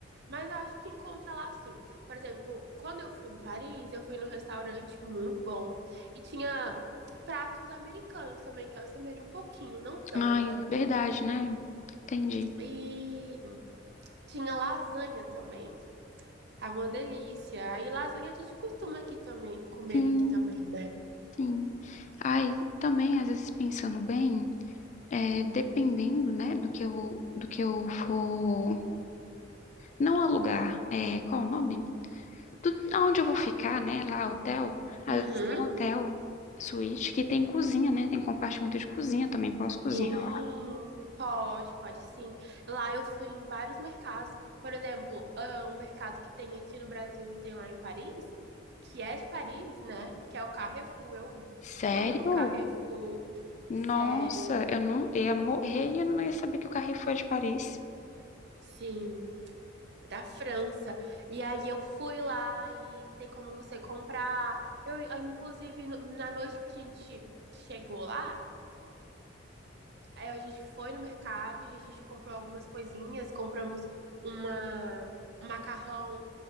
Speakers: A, on the right; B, on the left.
A: Mas eu acho que encontra lá sim. Por exemplo, quando eu fui em Paris, eu fui num restaurante muito bom e tinha pratos americanos também, que assemelham um pouquinho, não tanto,
B: Ai,
A: né?
B: verdade, né? Entendi.
A: E tinha lasanha também. Tava uma delícia. Aí lasanha a gente costuma aqui também, comer
B: Sim,
A: aqui também, né?
B: sim. Ai, também, às vezes, pensando bem, é, dependendo, né, do que eu, do que eu for. Não alugar, é, qual o nome? do, aonde eu vou ficar, né? Lá, hotel. Às
A: Uhum.
B: vezes tem hotel, suíte, que tem cozinha, né? Tem compartimento de cozinha também, posso cozinhar.
A: Sim, pode, pode sim. Lá eu fui em vários mercados. Por exemplo, ah, um mercado que tem aqui no Brasil e tem lá em Paris, que é de Paris, né? Que é o Carrefour. Eu
B: Sério?
A: fui em um Carrefour,
B: Nossa,
A: sério,
B: eu não eu ia morrer e eu não ia saber que o Carrefour é de Paris.
A: sim, da França. E aí eu fui lá e tem como você comprar. Eu, inclusive, no- na noite que a gente chegou lá, Aí a gente foi no mercado e a gente comprou algumas coisinhas, compramos uma um macarrão